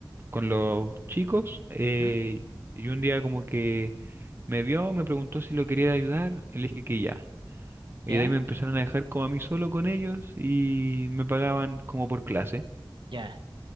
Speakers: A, on the right; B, on the right.
A: con los chicos eh,
B: ¿Mm?
A: y un día como que me vio, me preguntó si lo quería ayudar, y le dije que ya. Y
B: ¿Ya?
A: de ahí me empezaron a dejar como a mí solo con ellos y me pagaban como por clase.
B: ¿Ya?